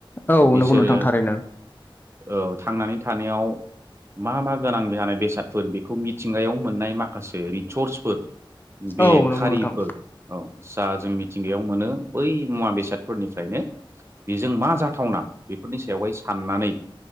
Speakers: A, on the left (about 20°); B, on the right (about 30°).
A: औ
B: बिसोरो
A: नंगौ नोंथां थारैनो
B: औ थांनानै थानायाव मा मा गोनां जानाय बेस सादफोर बेखौ मिथिंगायाव मोननाय माखासे रिसर्सफोर बे
A: औ नंगौ
B: खारिफोर
A: नोंथां
B: औ सा जों मिथिंगायाव मोनो बै मुवा बेसादफोरनिफ्रायनो बेजों मा जा थावना बेफोरनि सायावहाय साननानै